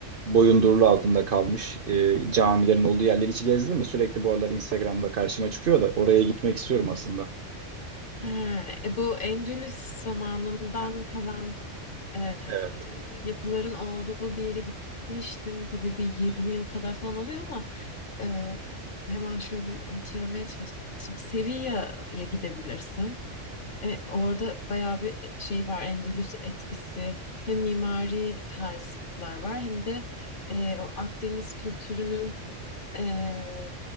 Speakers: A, on the right; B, on the left.
A: boyundurulu altında kalmış e, camilerin olduğu yerleri hiç gezdin mi? Sürekli bu aralar Instagram'da karşıma çıkıyor da oraya gitmek istiyorum aslında.
B: Ha, e, bu Endülüs zamanından
A: Heh,
B: kalan e,
A: Evet.
B: yapıların olduğu bir yere gitmiştim. Tabii bir 20 yıl kadar falan oluyor ama e, hemen şöyle bir hatırlamaya çalışayım. Sevilla'ya gidebilirsin. E, orada bayağı bir e, şey var, Endülüs etkisi. Hem mimari tarzlar var hem de e, o Akdeniz kültürünün eee,